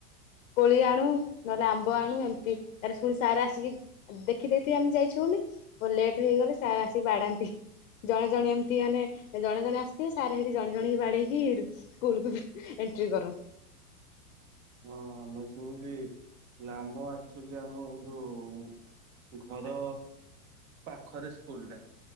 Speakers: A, on the left; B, on the right.
A: କୋଳି ଆଣୁ ନହେଲେ ଆମ୍ବ ଆଣୁ ଏମିତି ତା ଶୁଣି ସାର ଆସିକି ଦେଖିଦେଇଥିବି ଆମେ ଯାଇଛୁ ବୋଲି ପ ଲେଟ୍ ହେଇଗଲେ ସାର୍ ଆସିକି ବାଡ଼ାନ୍ତି। ଜଣେ ଜଣେ ଏମିତି ମାନେ ଜଣେ ଜଣେ ଆସିଥିବେ ସାର ହେ ଜଣେ ଜଣେ କି ବାଡେଇକି ସ୍କୁଲକୁୁ ବି ଏଣ୍ଟ୍ରି କରନ୍ତି।
B: ହଁ ଆମେ ସେମିତି ଆମ ଆକ୍ଚୁଆଲି ଆମର ଯୋଉ ଘର ପାଖରେ ସ୍କୁଲଟା।